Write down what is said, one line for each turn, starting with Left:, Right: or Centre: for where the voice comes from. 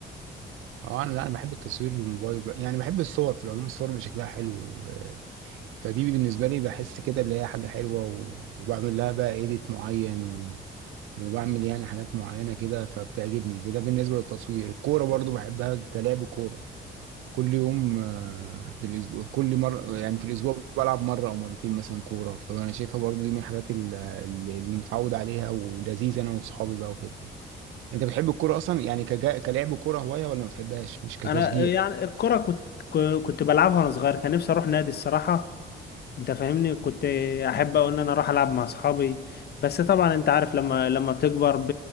Right: اه انا لا انا بحب التصوير بالموبايل بقى. يعني بحب الصور في العموم الصور اللي شكلها حلو و- فدي بالنسبه لي بحس كده اللي هي حاجه حلوه و- وبعمل لها بقى ايديت معين و... وبعمل يعني حاجات معينه كده فبتعجبني ده, ده بالنسبه للتصوير الكوره برضو بحبها كلعب كوره كل يوم آه، في الاسبوع كل مره يعني في الاسبوع بلعب مره او مرتين مثلا كوره فانا شايفها برضو دي من الحاجات ال- اللي اللي متعود عليها ولذيذه انا واصحابي بقى وكده انت بتحب الكوره اصلا يعني كجا... كلعب كوره هوايه ولا ما بتحبهاش مش كتشجيع
Left: انا يعني الكره كنت ك- كنت بلعبها وانا صغير كان نفسي اروح نادي الصراحه انت فاهمني كنت احب
Right: مم.
Left: أوي ان انا اروح العب مع اصحابي بس طبعا انت عارف لما لما بتكبر ب...